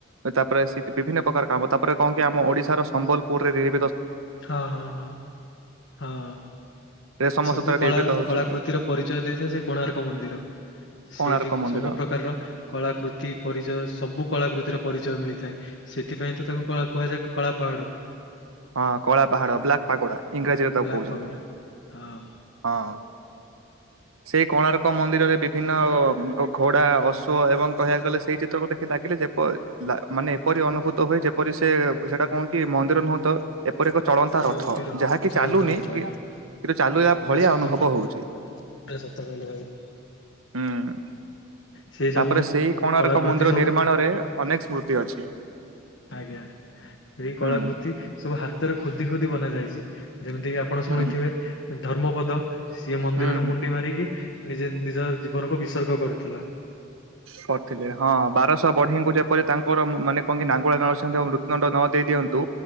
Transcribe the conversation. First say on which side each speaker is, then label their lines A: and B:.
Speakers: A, on the right; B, on the left.
A: ତାପରେ ବିଭିନ୍ନ ପ୍ରକାର କାମ ତାପରେ କଣ କି ଆମ ଓଡିଶାର ସମ୍ବଲପୁରରେ ରହ
B: ହଁ ହଁ ହଁ ହଁ
A: ରେଶମ
B: ସବୁ
A: ସୂତାରେ
B: କଳା
A: ନିର୍ମିତ ହଉଛି
B: କଳାକୃତିର ପରିଚୟ ଦେଇଥାଏ ସେ କୋଣାର୍କ ମନ୍ଦିର
A: କୋଣାର୍କ
B: ସେଇଠି
A: ମନ୍ଦିର
B: ସବୁ ପ୍ରକାରର କଳାକୃତି ପରିଚୟ ସବୁ କଳାକୃତିର ପରିଚୟ ମିଳିଥାଏ ସେଥିପାଇଁ ତ ତାକୁ କୁହାଯାଏ କଳା ପାହାଡ
A: ହଁ କଳା ପାହାଡ ବ୍ଲାକ୍ ପାଗୋଡା ଇଂରାଜୀରେ ତାକୁ
B: ବ୍ଲାକ୍
A: କହୁଛନ୍ତି
B: ପାଗୋଡା ହଁ।
A: ହଁ ସେଇ କୋଣାର୍କ ମନ୍ଦିରରେ ବିଭିନ୍ନ ଘୋଡା ଅଶୁ ଏବଂ କହିବାକୁ ଗଲେ ସେଇ ଚିତ୍ରକୁ ଦେଖି ଲାଗିଲେ ଯେ ମାନେ ଏପରି ଅନୁଭୂତ ହୁଏ ଯେପରି ସେ ସେଟା କଣ କି ମନ୍ଦିର ନୁହଁ ତ ଏପରି ଏକ ଚଳନ୍ତା
B: ସେ
A: ରଥ
B: ଗୋଟେ ରଥ
A: ଯାହାକି
B: ଚଳତା
A: ଚାଲୁନି
B: ରଥ
A: କି
B: ଆଜ୍ଞା ପୁରା
A: କିନ୍ତୁ ଚାଲିଲା ଭଳିଆ
B: ସତ
A: ଅନୁଭବ
B: କହିଲେ
A: ହଉଛି।
B: ପୁରା ସତ କହିଲେ ଭାଇ
A: ହୁଁ
B: ସେଇ ସବୁ
A: ତାପରେ ସେଇ କୋଣ
B: କଳାକୃତି
A: ରକ ମନ୍ଦିର
B: ସବୁ
A: ନିର୍ମାଣ ରେ ଅନେକ ସ୍ମୃତି ଅଛି
B: ଆଜ୍ଞା ସେଇ କଳାକୃତି
A: ହୁଁ
B: ସବୁ ହାତ ରେ ଖୋଦି ଖୋଦି ବନା ଯାଇଛି ଯେମିତି କିି ଆପଣ
A: ହୁଁ
B: ଶୁଣିଥିବେ କର୍ମପଦ ସିଏ ମନ୍ଦିରର
A: ହୁଁ।
B: ମୁଣ୍ଡି ମାରିକି ନିଜେ ନିଜ ଜୀବନକୁ ବିସର୍ଗ କରୁଥିଲା
A: କରିଥିଲେ ହଁ ବାରଶହ ବଢିଙ୍କୁ ଯେପରି ତାଙ୍କର ମାନେ କଣ କିି ନାଙ୍ଗୁଳାଳସିି ମୃତ୍ୟୁ ଦଣ୍ଡ ନ ଦେଇ ଦିଅନ୍ତୁ